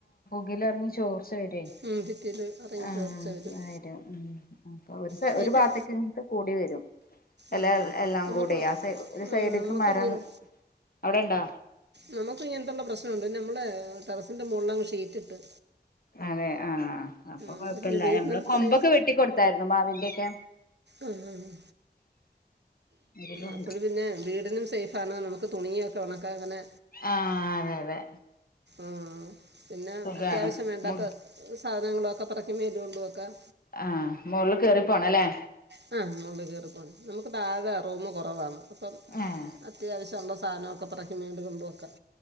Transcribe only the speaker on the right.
ഉം, ഭിത്തിയിൽ ഇറങ്ങി
ചോർച്ച വരും
ഷീറ്റ്
ആ
നമുക്ക്
ഉം,
നമുക്ക്
ഇങ്ങനെ
നമുക്ക് ഇങ്ങനത്തുള്ള പ്രശ്നണ്ട് നമ്മള് ടെറസിൻ്റെ മോളില് അങ്ങ് ഷീറ്റ് ഇട്ട്.
എന്നിട്ട്
പിന്നെ വീടിനും
സേ
അഹ് ആഹ്
അപ്പെള് പിന്നെ വീടിനും സേഫ് ആണ് നമുക്ക് തുണിയൊക്കെ ഒണക്കാം ഇങ്ങനെ
ആഹ് പിന്നെ
അത്യാവശ്യം വേണ്ടാത്ത
സാധനങ്ങളൊക്കെ പറക്കി മേളി കൊണ്ടു വെക്കാം.
മോളില് കേറി പോണം ല്ലെ ആഹ് മോളില് കേറി പോണം നമുക്ക് താഴെ റൂമ് കൊറവാണ് അപ്പം അത്
അത്യാവശ്യള്ള സാധനൊക്കെപറക്കി മേളില് കൊണ്ട് വെക്കാം